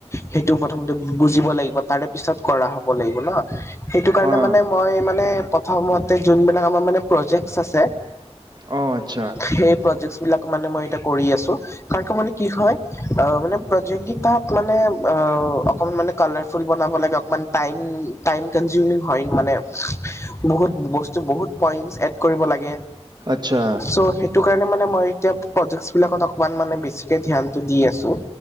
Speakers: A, on the left (about 25°); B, on the right (about 40°).
A: সেইটো প্ৰথমতে বুজিব লাগিব তাৰে- পিছত কৰা হ'ব লাগিব ন' সেইটো কাৰণে
B: অ',
A: মানে- মই মানে প্ৰথমতে যোনবিলাক আমাৰ মানে প্ৰজেক্ট আছে-
B: অ', আচ্ছা
A: সেই প্ৰজেক্টচ বিলাক মানে মই এতিয়া কৰি আছোঁ, কাৰন মানে কি হয়- অঁ মানে প্ৰজেক্টগীতাত মানে অঁ, অকমান মানে- কালাৰফুল বনাব লাগে অকমান টাইম-টাইম কনজিউমিং হয় মানে বহুত বস্তু বহুত- পইণ্টছ এড কৰিব লাগে।
B: আচ্ছা
A: চও' সেইটো কাৰণে মানে মই এতিয়া প্ৰজেক্ট বিলাকত অকমান মানে বেছিকে ধ্যানটো দি আছোঁ।